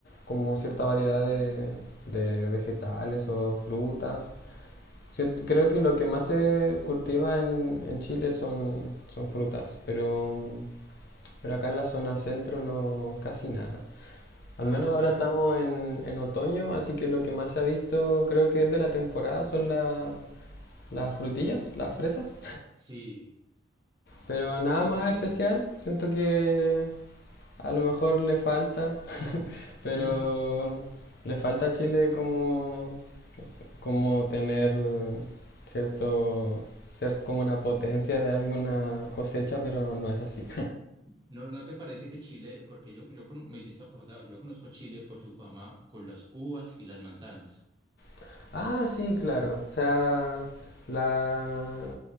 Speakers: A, on the left (about 55°); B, on the right (about 20°).
A: como cierta variedad de, de vegetales o frutas. Siento- creo que lo que más se cultiva en, en Chile son, son frutas, pero, pero acá en la zona centro no casi nada. Al
B: Ah,
A: menos ahora
B: claro.
A: estamos en, en otoño, así que lo que más se ha visto creo que es de la temporada son la- las frutillas, las fresas.
B: Sí,
A: Pero nada
B: sí,
A: más
B: sí.
A: especial, siento que a lo mejor le falta. pero
B: <laughs>
A: le falta a Chile como, como tener cierto, ser como una potencia de alguna cosecha, pero no es así.
B: ¿No, no te parece que Chile, porque yo, yo cono- me hiciste acordar, yo conozco a Chile por su fama con las uvas y las manzanas.
A: <laughs> ah, sí, claro. O sea, la